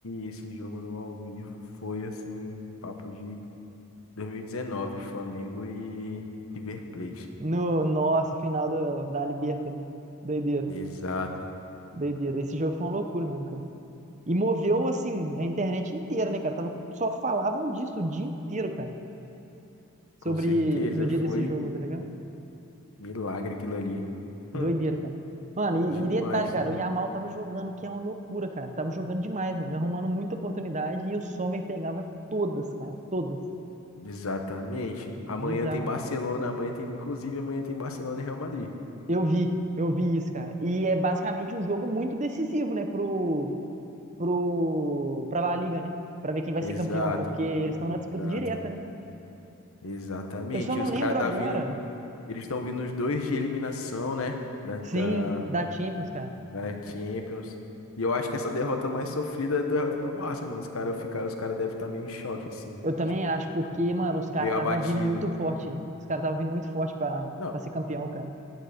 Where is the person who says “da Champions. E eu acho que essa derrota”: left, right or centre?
Left